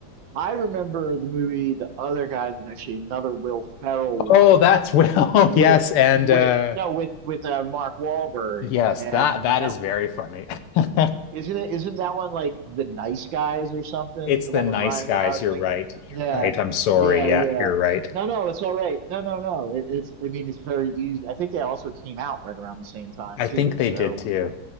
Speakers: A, on the right; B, on the left.
A: I remember the movie The Other Guys was actually another Will Ferrell one
B: Oh, that's Will.
A: with
B: <laughs> Yes, and
A: with
B: uh
A: no with with uh, Mark Wahlberg
B: yes,
A: and
B: that that
A: that
B: is very funny. <laughs>
A: isn't it isn't that one like The Nice Guys or something?
B: It's
A: The
B: the
A: one
B: nice
A: with Ryan
B: guys,
A: Gosling?
B: you're right. You're
A: Yeah.
B: right. I'm sorry.
A: Yeah,
B: Yeah,
A: yeah.
B: you're right.
A: No, no, it's all right. No, no, no. It, it's I mean it's very easy. I think they also came out right around the same time
B: I think
A: too.
B: they
A: So
B: did too.